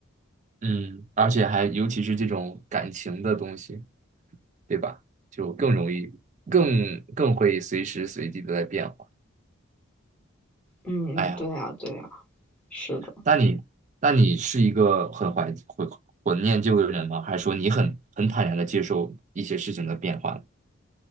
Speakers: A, on the right; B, in the centre.
A: 嗯，而且还尤其是这种感情的东西。对吧？就更容易，更更会随时随地的在变化。
B: 嗯，
A: 哎呀，
B: 对呀，对呀，是的。
A: 那你那你是一个很怀怀怀念旧的人吗？还是说你很很坦然的接受一些事情的变化，